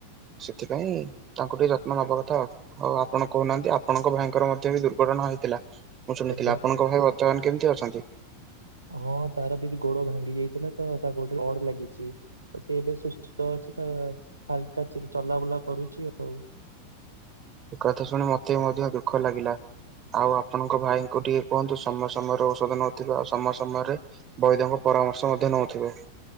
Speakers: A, on the right; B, on the right.
A: ସେଥିପାଇଁ ପାଇଁ ତାଙ୍କୁ ଟିକେ ଯତ୍ନ ନବା କଥାଉ ହଉ ଆପଣ କହୁନାହାନ୍ତି ଆପଣଙ୍କ ଭାଇଙ୍କର ମଧ୍ୟ ବି ଦୁର୍ଘଟଣା ହେଇଥିଲା। ମୁଁ ଶୁନଥିଲି
B: ଆଜ୍ଞା
A: ଆପଣଙ୍କ ଭାଇ ବର୍ତ୍ତମାନ କେମିତି ଅଛନ୍ତି?
B: ହଁ ତାର ବି ଗୋଡ ଭାଙ୍ଗି ଯାଇଥିଲା ତ ତା ଗୋଡରେ ରଡ୍ ଲାଗିଛି ସିଏ ଏବେ ସୁସ୍ଥ ଅଛି ତା ହାଲକା ଚ ଚଲାବୁଲା କରୁଛି ଆଉ।
A: ଏ କଥା ଶୁଣି ମୋତେ ମଧ୍ୟ ଦୁଃଖ ଲାଗିଲା। ଆଉ ଆପଣଙ୍କ ଭାଇଙ୍କୁ ଟିକେ କୁହନ୍ତୁ ସମୟ ସମୟରେ ଔଷଧ ନଉଥିବ ଆଉ ସମୟ ସମୟରେ ବୈଦଙ୍କ ପରାମର୍ଶ ମଧ୍ୟ ନେଉଥିବେ।